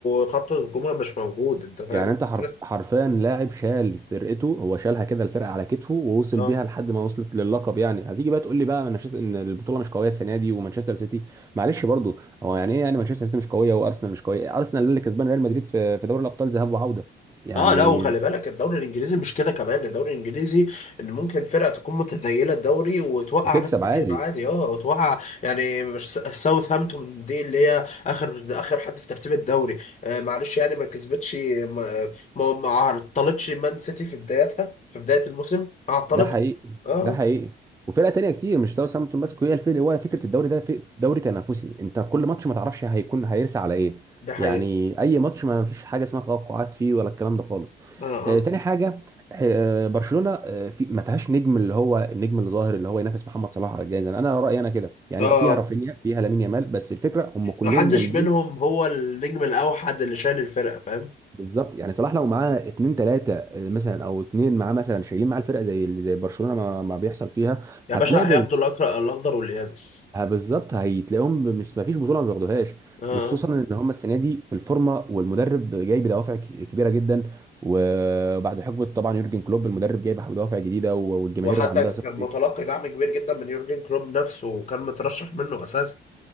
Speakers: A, on the left; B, on the right.
A: خط هجومها مش موجود انت فاهم
B: يعني
A: الفكرة؟
B: انت حرف حرفيا لاعب شال فرقته هو شالها كده الفرقه على كتفه ووصل
A: اه
B: بيها لحد ما وصلت للقب يعني هتيجي بقى تقول لي بقى مانشستر ان البطوله مش قويه السنه دي ومانشستر سيتي معلش برضو هو يعني ايه يعني مانشستر سيتي مش قويه وارسنال مش قويه ارسنال اللي كسبان ريال مدريد في في دوري الابطال ذهاب وعوده يعني
A: اه لا وخلي بالك الدوري الانجليزي مش كده كمان الدوري الانجليزي ان ممكن فرقه تكون متذيله الدوري وتوقع
B: وتكسب
A: ناس كبيره
B: عادي
A: عادي اه وتوقع يعني مش ساوثهامبتون دي اللي هي اخر اخر حد في ترتيب الدوري آه معلش يعني ما كسبتش ما ما ما عطلتش مان سيتي في بدايتها في بدايه الموسم عطلتها
B: ده حقيقي
A: اه
B: ده حقيقي وفرقه تانية كتير مش ساوثهامبتون بس هي الفرق هو فكره الدوري ده في في دوري تنافسي انت كل ماتش ما تعرفش هيكون هيرسى على ايه
A: ده حقيقه
B: يعني اي ماتش ما فيش حاجه اسمها توقعات فيه ولا الكلام ده خالص
A: اه
B: آه
A: اه
B: تاني حاجه آه برشلونه آه في ما فيهاش نجم اللي هو النجم اللي ظاهر اللي هو ينافس محمد صلاح على الجائزه انا رايي انا كده يعني
A: اه
B: فيها رافينيا فيها لامين يامال بس الفكره هم كلهم
A: ما حدش
B: جامدين
A: منهم هو النجم الاوحد اللي شايل الفرقه فاهم
B: بالظبط يعني صلاح لو معاه اتنين تلاته آه، مثلا او اتنين معاه مثلا شايلين معاه الفرقه زي زي برشلونه ما ما بيحصل فيها
A: يا
B: هتلاقي
A: باشا هياخدوا الاكرأ الاخضر واليابس
B: ها بالظبط هيتلاقيهم مش ما فيش بطوله ما بياخدوهاش
A: اه آه.
B: وخصوصا ان هم السنه دي في الفورمه والمدرب جاي بدوافع ك- كبيره جدا وبعد حقبه طبعا يورجن كلوب المدرب جاي بدوافع جديده والجماهير
A: وحتى
B: عندها
A: كان
B: ثقه
A: متلقي دعم كبير جدا من يورجن كلوب نفسه وكان مترشح منه اساسا